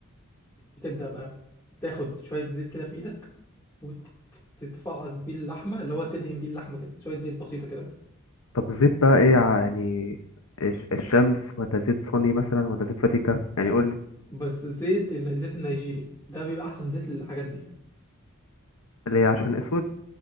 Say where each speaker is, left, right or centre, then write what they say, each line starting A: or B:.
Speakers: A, on the left; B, on the left.
A: بتبدأ بقى تاخد شوية زيت كده في ايدك وتتفعص بيه اللحمة اللي هو تدهن بيه اللحمة كده شوية زيت بسيطة كده بس
B: طب زيت بقى إيه يعني الش- الشمس ولا زيت صيني مثلا ولا زيت فاتيكا يعني قول
A: بس زيت الزيت النيجيري ده بيبقى احسن زيت للحاجات دي
B: اللي هي عشان اسود